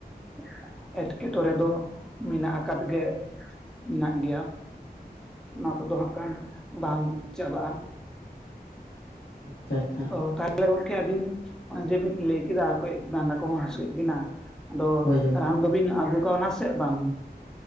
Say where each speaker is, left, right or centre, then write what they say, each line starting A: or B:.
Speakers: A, in the centre; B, on the left (about 65°).
A: ᱾ ᱮᱸᱴᱠᱮᱴᱚᱲᱮ ᱫᱚ ᱢᱮᱱᱟᱜ ᱟᱠᱟᱫ ᱜᱮ ᱢᱮᱱᱟᱜ ᱜᱮᱭᱟ ᱾ ᱚᱱᱟ ᱠᱚᱫᱚ ᱦᱟᱸᱜ ᱠᱷᱟᱱ ᱵᱟᱝ ᱪᱟᱵᱟᱜ ᱟ᱾
B: ᱟᱪᱪᱷᱟ ᱟᱪᱪᱷᱟ ᱾
A: ᱚ ᱛᱟᱦᱚᱞᱮ ᱜᱚᱝᱠᱮ ᱟᱹᱵᱤᱱ ᱦᱚᱸᱼᱚᱭ ᱡᱮ ᱵᱤᱱ ᱞᱮᱭ ᱠᱮᱫᱟ ᱠᱟᱹᱡ ᱰᱟᱹᱰᱟ ᱠᱚᱦᱚᱸ ᱦᱟᱹᱥᱩᱭᱮᱫ ᱵᱤᱱᱟ ᱾ ᱟᱫᱚ
B: ᱦᱳᱭ ᱦᱳᱭ
A: ᱨᱟᱱ ᱫᱚᱵᱤᱱ ᱟᱹᱜᱩ ᱠᱟᱣᱱᱟ ᱥᱮ ᱵᱟᱝ?